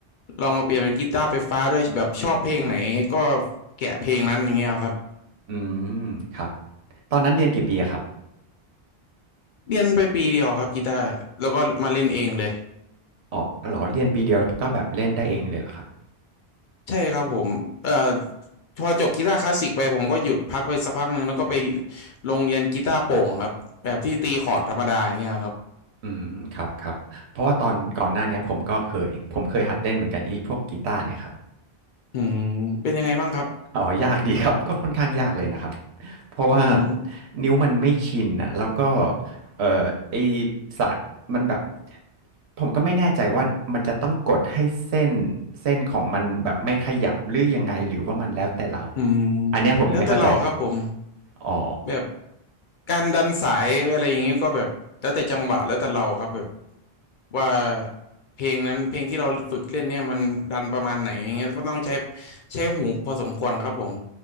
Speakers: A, on the left; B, on the right.
A: ลองมาเปลี่ยนเป็นกีตาร์ไฟฟ้าด้วยแบบชอบเพลงไหนก็แกะเพลงนั้นอย่างเงี้ยครับ
B: อืมครับตอนนั้นเรียนกี่ปีอะครับ
A: เรียนไปปีเดียวครับกีตาร์แล้วก็มาเล่นเองเลย
B: อ๋อเหรอเรียนปีเดียวแล้วก็แบบเล่นได้เองเลยเหรอครับ
A: ใช่ครับผมเอ่อพอจบกีตาร์คลาสสิกไปผมก็หยุดพักไปสักพักหนึ่งแล้วก็ไปโรงเรียนกีตาร์โปร่งครับแบบที่ตีคอร์ดธรรมดาอย่างเงี้ยครับ
B: อืมครับครับเพราะว่าตอนก่อนหน้าเนี้ยผมก็เคยผมเคยหัดเล่นเหมือนกันอีพวกกีตาร์เนี่ยครับ
A: อืมเป็นยังไงบ้างครับ
B: อ๋อยากดีครับก็ค่อนข้างยากเลยนะครับเพราะว่า
A: อืม
B: นิ้วมันไม่ชินอ่ะแล้วก็เอ่อไอสายมันแบบผมก็ไม่แน่ใจว่ามันจะต้องกดให้เส้นเส้นของมันแบบไม่ขยับหรือยังไงหรือว่ามันแล้วแต่เรา
A: อืม
B: อันเนี้ยผมยังไม่เข้าใจ
A: แล้วแต่เราครับผม
B: อ๋อ
A: แบบ การดันสายอะไรอย่างเงี้ยก็แบบแล้วแต่จังหวะแล้วแต่เราครับแบบว่าเพลงนั้นเพลงที่เราฝึกเล่นเนี่ยมันดันประมาณไหนอย่างเงี้ยก็ต้องใช้ใช้หูพอสมควรครับผม